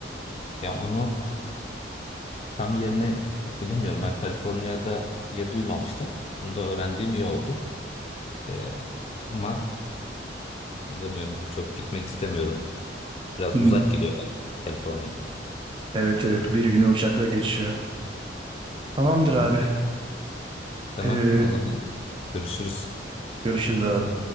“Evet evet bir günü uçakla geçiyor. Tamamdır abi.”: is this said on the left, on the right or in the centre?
Right